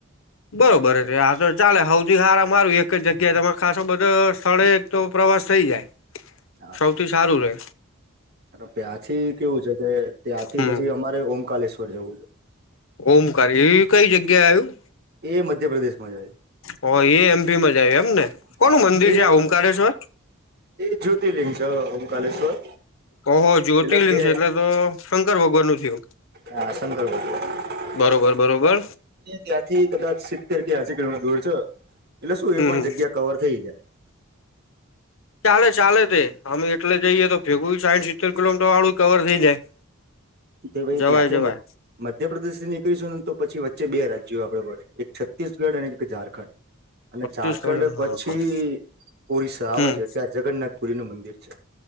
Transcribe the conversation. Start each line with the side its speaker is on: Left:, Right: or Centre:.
Left: બરોબર છે આ તો ચાલે સૌથી હારા મા હારું એક જ જગ્યાએ તમારે ખાસો બધો સ્થળે તો પ્રવાસ થઈ જાય
Right: હા
Left: સૌથી સારું રહે.
Right: અને ત્યાંથી કેવું છે કે ત્યાંથી
Left: હમ
Right: પછી અમારે ઓમકલેશ્વર જવું છે.
Left: ઓમકાર એવી કઈ જગ્યા આવ્યું?
Right: એ મધ્યપ્રદેશમાં જ આયુ
Left: હ એ એમપી માં જાય એમ ને કોનું
Right: હા
Left: મંદિર
Right: એ
Left: છે આ ઓંકશ્વર?
Right: એ જ્યોતિર્લિંગ છ ઓમકાલેશ્વર
Left: ઓહો જ્યોતિર્લિંગ
Right: એટલે બે
Left: છે એટલે તો શંકર ભગવાન નું થયું.
Right: હા શકર ભગવાન
Left: બરોબર બરોબર
Right: એ ત્યાંથી કદાચ સિત્તેર કે એસી કિલોમીટર દૂર છે એટલે શું એ
Left: હમ
Right: પણ
Left: હમ
Right: જગ્યા કવર થઈ જાય
Left: ચાલે ચાલે તે અઆમે એટલે જઈએ તો ભેગું સાઈઠ સિત્તેર કિલોમીટર વાળું કવર થઈ જાય.
Right: તો ભાઈ
Left: જવાય
Right: ત્યાંથી
Left: જવાય
Right: મ મધ્યપ્રદેશ થી નીકળીશું ને તો પછી વચ્ચે બે રાજ્યો આપડે પડે એક છત્તીસગઢ અને એક ઝારખંડ. <inaudible> અને
Left: છત્તીસગઢ
Right: ઝારખંડ પછી ઓરિસ્સા આવે
Left: હમ
Right: છે ત્યાં જગન્નાથ પુરી નું મંદિર છે.